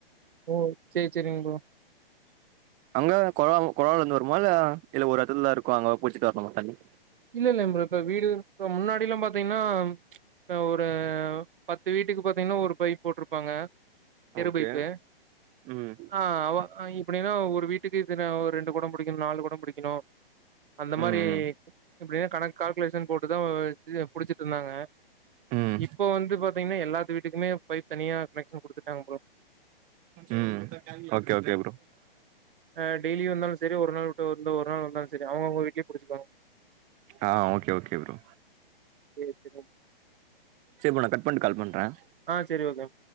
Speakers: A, on the right (about 60°); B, on the right (about 25°).
A: போர் சரி சரிங்க ப்ரோ
B: அங்க கொழா கொழாலேந்து வருமா இல்ல இல்ல ஒரு இடத்துல இருக்கும் அங்க பூச்சிக்கு வரணமா தண்ணி
A: இல்ல இல்ல இம் இப்ப வீடு இப்ப முன்னாடி எல்லாம் பாத்தீங்கன்னா ஒரு பத்து வீட்டுக்கு பாத்தீங்கன்னா ஒரு பைப் போட்ருப்பாங்க தெருபைப்பு
B: ஓகே ம்
A: ஆஹ் அவ் அப்படின்னா ஒரு வீட்டுக்கு இத்தன ஒரு ரெண்டு குடம் பிடிகணும் நாலு குடம் பிடிகணும் அந்த மாரி
B: ம் ம்
A: இப்டியே கணக்கு கால்குலேஷன் போட்டுதான் புடிச்சிட்டு இருந்தாங்க
B: ம்
A: இப்போ வந்து பாார்த்தீங்கன்னா எல்லாத்து வீட்டுக்குமே பைப் தனியா கனெக்ஷன் கொடுத்துட்டாங்க ப்ரோ
B: உம் ஓகே ஓகேப்ரோ
A: ஹ டய்லிந்தாலும் சரி ஒரு நாள் விட்டு ஒரு நாள் இருந்தான் சரி அவங்க அவங்க வீட்லயே புடிச்சுப்பாங்க
B: ஆஹ் ஓகே ப்ரோ
A: சரி சரி
B: சரிப்பா நா கட் பண்ணி கால் பண்றேன்
A: ஆ சரி ஓகேங்க